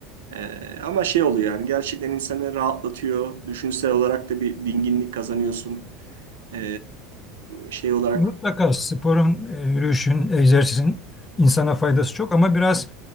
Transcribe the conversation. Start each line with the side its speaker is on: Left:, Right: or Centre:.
Right: E, ama şey oluyor yani gerçekten insanı rahatlatıyor. Düşünsel olarak da bir dinginlik kazanıyorsun. E, şey olarak
Left: Mutlaka sporun, e, yürüyüşün, egzersizin insana faydası çok ama biraz